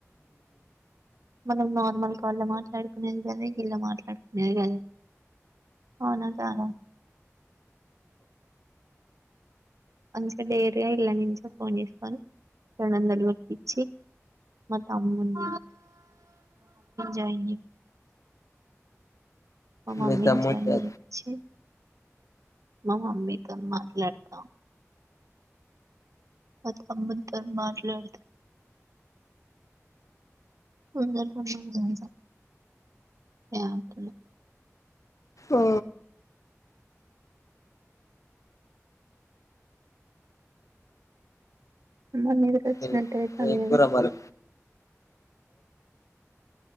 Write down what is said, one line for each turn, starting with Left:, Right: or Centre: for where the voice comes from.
Right: మనం నార్మల్ కాళ్ళు మాట్లాడుకునేది కదా ఇళ మాట్లాడుకునేది కదా అవునా కదా అస డేర్గా ఇల్లాని ఫోన్ చేసుకోను రెండు వందలు పాపిచ్చి మా తమ్ముని జాయిన్ మమ
Left: మీ
Right: అ మిన
Left: తమ్మునిదా
Right: జయిని వచ్చి మా మమ్మీతో మాట్లాడతాం అత అబంతర్ మట్లడుత <unintelligible>
Left: ఓ
Right: మా మీదకు వచ్చినట్టయిత
Left: ఏం
Right: మీ
Left: కూర మరి